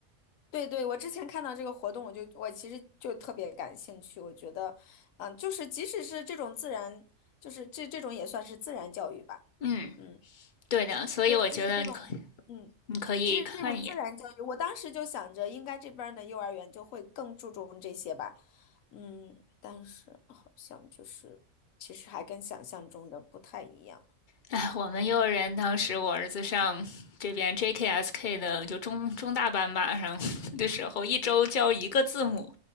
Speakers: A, on the left; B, on the left.
A: 对对，我之前看到这个活动，我就我其实就特别感兴趣。我觉得，嗯、就是即使是这种自然，就是这这种也算是自然教育吧。
B: 嗯，
A: 嗯，
B: 对的，所以我觉得你可
A: 对，即使这种，嗯，
B: 你可以看一眼，
A: 其实这种自然教育，我当时就想着，应该这边儿的幼儿园就会更注重这些吧。嗯，但是好像就是，其实还跟想象中的不太一样。
B: 哎，我们幼儿园当时我儿子上这边 JKSK 的就中中大班吧，上的时候一周教一个字母，